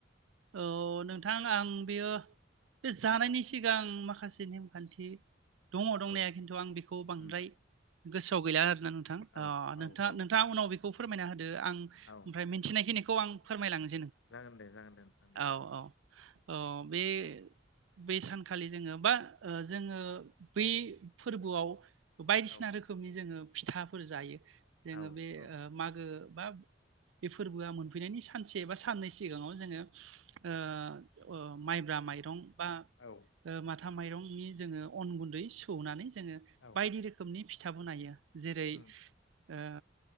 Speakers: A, on the right (about 80°); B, on the left (about 70°).
A: औ नोंथां आं बेयो बे जानायनि सिगां माखासे नेमखान्थि दङ
B: औ
A: दंनाया खिन्थु आं बेखौ बांद्राय
B: उम
A: गोसोआव गैला आरो ना नोंथां
B: औ
A: अ नोंथां
B: औ औ
A: नोंथां उनाव बेख खौ फोरमायना होन इयो आं
B: औ
A: ओमफ्राय मिनथिनायखिनि खौ आं फोरमायलांनोस
B: जागोन दे जागोन दे
A: औ
B: जागोन
A: औ
B: दे
A: औ बे बै सानखालि जोङो बा ओ जोङो बै फोरबोआव बायदिसिना
B: औ
A: रोखोमनि जोङो फिथाफोर जायो जोङो
B: औ
A: बे
B: औ
A: ओ मागो बा बे फोरबोआ मोनफैनायनि सानसे बा साननै सिगाङाव जोङो ओ ओ माइब्रा माइरं बा
B: औ
A: ओ माथ था माइरंनि जोङो अन गुन्दै सौनानै जोङो
B: औ
A: बायदि रोखोमनि फि था बनायो। जेरै
B: उम
A: ओ